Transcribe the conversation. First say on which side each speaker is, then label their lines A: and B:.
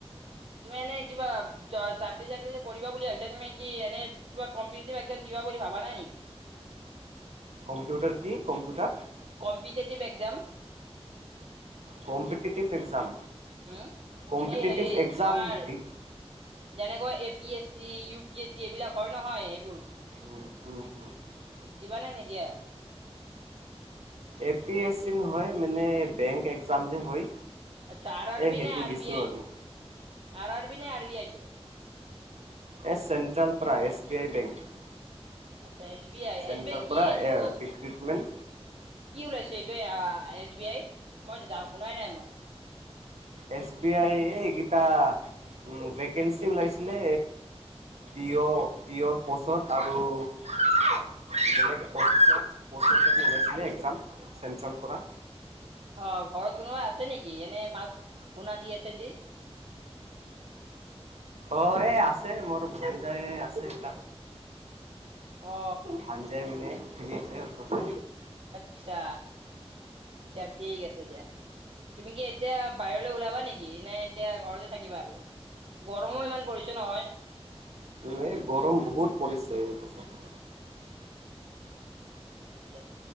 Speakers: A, on the right (about 60°); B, on the right (about 80°).
A: তুমি এনে কিবা চ-চাকৰি চাকৰি যে কৰিবা বুলি ভাবিছা তুমি কি এনে কিবা কম্পেটেটিভ এক্সাম দিবা বুলি ভাবা নাই নেকি?
B: কম্পিউটাৰ কি, computer?
A: Competitive exam.
B: Competitive exam,
A: উম,
B: কম্পিটেটিভ
A: এই হেৰি
B: এক্সাম
A: তোমাৰ
B: দি
A: যেনেকৈ A P S C, U P S C এইবিলাক হয় নহয় এইবোৰ।
B: <unintelligible>
A: দিবা নে নিদিয়া?
B: এ পি এছ চি নহয় মানে বেংক এক্সাম যে হয়
A: আচ্ছা, আৰ আৰ
B: এ
A: বি
B: সেইটো
A: নে আৰ
B: দিছোঁ
A: বি আইটো?
B: আৰু
A: আৰ আৰ বি নে আৰ বি আইটো?
B: এ, চেন্ট্ৰাল প্ৰা, এছ বি আই বেংক।
A: আচ্ছা S B I,
B: central
A: S B I কি
B: পৰা
A: এইটো
B: ৰিক্ৰুটমেণ্ট
A: কি ওলাইছে এইটো আ, এছ বি আইত মই শুনাই নাই মই।
B: এছ বি আই, এ, এইকেইটা উ, ভেকেঞ্চি ওলাইছিলে পিয়, পিয়ৰ পষ্টত আৰু বেলেগ অফিচত <unintelligible> ওলাইছিলে এক্সাম চেণ্ট্ৰেল পৰা।
A: অঁ ঘৰত কোনোবা আছে নেকি? এনে মাত শুনা দি আছে যে।
B: অ এই আছে, মোৰ ভানজায়ে আছে এটা।
A: অ।
B: ভানজাই মানে খেলি আছে ওচৰতে।
A: আচ্ছা, দিয়া ঠিক আছে দিয়া। তুমি কি এতিয়া বাহিৰলৈ ওলাবা নেকি? নে এতিয়া ঘৰতে থাকিবা আৰু। গৰমো ইমানো পৰিছে নহয়।
B: এহ গৰম বহুত পৰিছে এই বছৰত।
A: <inaudible>